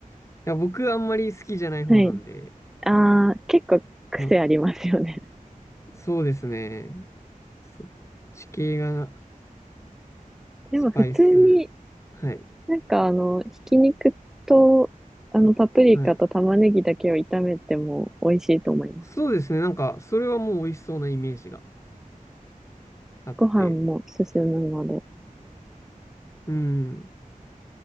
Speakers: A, on the left (about 20°); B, in the centre.
A: いや、僕あんまり好きじゃない方なんで、
B: はい。ああ、結構癖ありますよね。
A: の、そうですね。そっち系が
B: でも普通に
A: スパイス。はい。
B: なんかあの、ひき肉と、あの、パプリカと玉ねぎだけを炒めても美味しいと思います。
A: はい。そうですね。なんか、それはもう美味しそうなイメージがあって。
B: ご飯も進むので。
A: うん。